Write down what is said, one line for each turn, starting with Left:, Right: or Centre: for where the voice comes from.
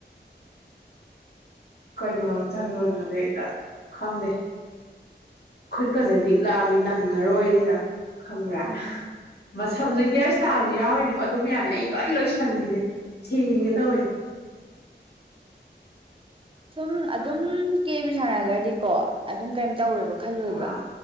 Left: ꯀꯩꯅꯣ ꯆꯥꯟꯗꯣꯟꯒꯗꯩꯗ ꯈꯪꯗꯦ ꯈꯨꯠꯀꯁꯦ ꯅꯤꯛꯂꯛꯑꯃꯤ ꯅꯪꯉꯔꯣꯏꯅ ꯈꯪꯕꯔꯥ
Right: ꯎꯝ
Left: ꯃꯁꯝꯖꯤ ꯍꯤꯌꯥꯔ ꯏꯁꯇꯥꯏꯜꯖꯨ ꯌꯥꯎꯔꯤꯅꯤꯀꯣ ꯑꯗꯨ ꯃꯌꯥꯝꯅ ꯑꯩ ꯂꯣꯏ ꯂꯣꯏꯁꯜꯂꯤꯅꯤ ꯁꯤꯒꯦ ꯇꯧꯋꯦ
Right: ꯁꯨꯝ ꯑꯗꯨꯝ ꯀꯦꯕꯤ ꯁꯥꯟꯅꯒꯔꯗꯤꯀꯣ ꯑꯗꯨꯝ ꯀꯩꯝ ꯇꯧꯔꯦꯏꯕ ꯈꯜꯂꯣꯏꯕ
Left: ꯑꯥ